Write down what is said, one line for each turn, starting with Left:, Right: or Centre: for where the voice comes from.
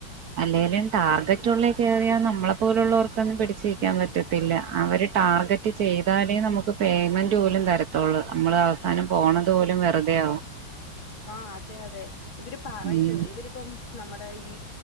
Right: അല്ലേലും ടാർഗറ്റുള്ളേ കേറിയാ നമ്മളെ പോലുള്ളവർക്കൊന്നും പിടിച്ചിരിക്കാൻ പറ്റത്തില്ല അവര് ടാർഗറ്റ് ചെയ്താലേ നമുക്ക് പേയ്മെന്റ് പോലും തരത്തുള്ളൂ നമ്മള് അവസാനം പോണതു പോലും വെറുതെ ആകും
Left: ആഹ അതെ അതെ ഇവര് പറയൂ
Right: ഉം
Left: ഇവരിപ്പം നമ്മുടെ ഈ